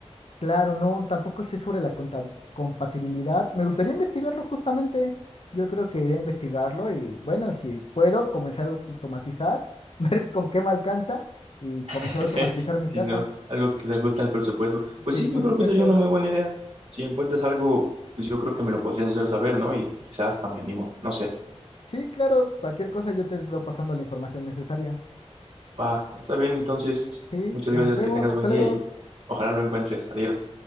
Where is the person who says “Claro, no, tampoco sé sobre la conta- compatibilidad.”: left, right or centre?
Left